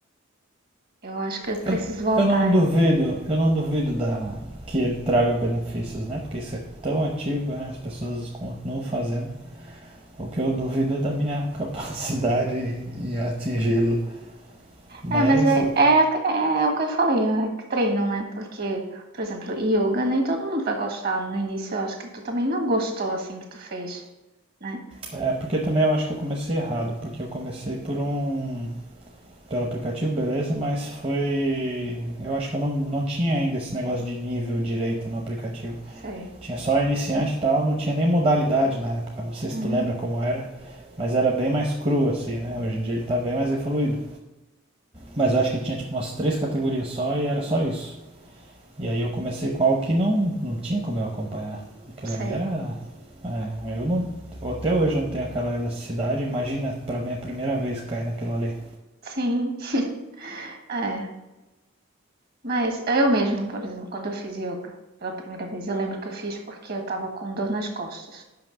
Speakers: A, on the right; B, on the right.
A: eu acho que eu preciso
B: Eu,
A: voltar.
B: eu não duvido, eu não duvido da, que ele traga benefícios, né? Porque isso é tão antigo, né? as pessoas continuam fazendo. O que eu duvido é da minha <laughs> capacidade em, em atingi-lo. Mas
A: É, mas é é é o que eu falei, é que treino, né, porque, por exemplo, yoga nem todo mundo vai gostar no início, eu acho que tu também não gostou, assim, que tu fez, né.
B: é porque também eu acho que eu comecei errado, porque eu comecei por um pelo aplicativo, beleza, mas foi eu acho que eu não, não tinha ainda esse negócio de nível direito no aplicativo.
A: Sei.
B: Tinha só iniciante e tal, não tinha nem modalidade na época. Não sei se
A: Uhum.
B: tu lembra como era, mas era bem mais cru assim, né? Hoje em dia ele tá bem mais evoluído. Mas eu acho que tinha tipo umas três categorias só e era só isso. E aí eu comecei com algo que não, não tinha como eu acompanhar. Aquilo
A: Sei.
B: ali era. é, eu não. Até hoje eu não tenho aquela elasticidade. Imagina pra mim a primeira vez cair naquilo ali.
A: Sim. <laughs> É, mas eu mesmo, por exemplo, quando eu fiz yoga pela primeira vez, eu lembro que eu fiz porque eu estava com dor nas costas.